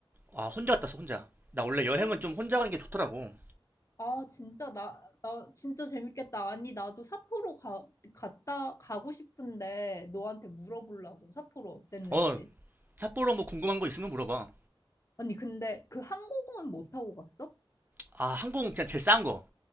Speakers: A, on the right (about 20°); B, on the left (about 35°).
A: 아, 혼자 갔다 왔어, 혼자. 나 원래 여행은
B: 어,
A: 좀 혼자 가는 게 좋더라고.
B: 아, 진짜, 나, 나, 진짜 재밌겠다. 아니, 나도 삿포로 가, 갔다, 가고 싶은데, 너한테 물어보려고, 삿포로 어땠는지.
A: 어, 삿포로 뭐 궁금한 거 있으면 물어봐.
B: 아니, 근데 그 항공은 못 타고 갔어?
A: 아, 항공 그냥 제일 싼 거.